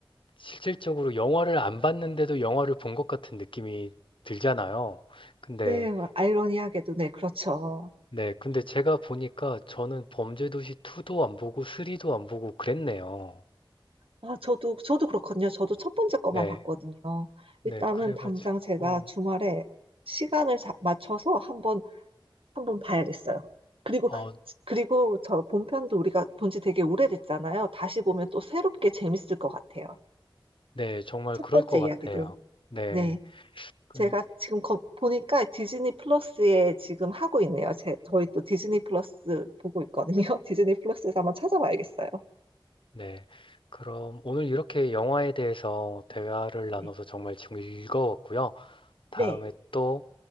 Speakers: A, on the left; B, on the right.
A: 실질적으로 영화를 안 봤는데도 영화를 본 것 같은 느낌이 들잖아요. 근데
B: 네, 아이러니하게도 네, 그렇죠.
A: 네, 근데 제가 보니까 저는 범죄도시 2도 안 보고 3도 안 보고 그랬네요.
B: 아, 저도 저도 그렇거든요. 저도 첫 번째 거만
A: 네,
B: 봤거든요.
A: 네,
B: 일단은
A: 그래가지고,
B: 당장 제가 주말에 시간을 자- 맞춰서 한번 한 번 봐야겠어요. 그리고,
A: 어,
B: 그리고 저 본편도 우리가 본 지 되게 오래됐잖아요. 다시 보면 또 새롭게 재밌을 것 같아요.
A: 네, 정말
B: 첫
A: 그럴
B: 번째
A: 것 같아요.
B: 이야기도.
A: 네,
B: 네.
A: 그,
B: 제가 지금 거- 보니까 디즈니 플러스에 지금 하고 있네요. 제, 저희 또 디즈니 플러스 보고 있거든요. <laughs> 디즈니 플러스에서 한번 찾아봐야겠어요.
A: 네. 그럼 오늘 이렇게 영화에 대해서 대화를 나눠서
B: 네.
A: 정말 즐거웠고요. 다음에
B: 네.
A: 또